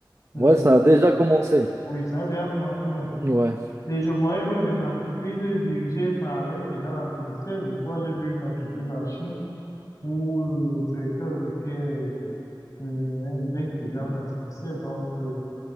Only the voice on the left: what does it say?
euh,
oui, ça a déjà commencé même.
Et je voyais même des entreprises dirigées par l'intelligence artificielle. Je crois, j'ai vu une entreprise en Chine où le directeur était euh, un- d'intelligence artificielle. Donc, euh,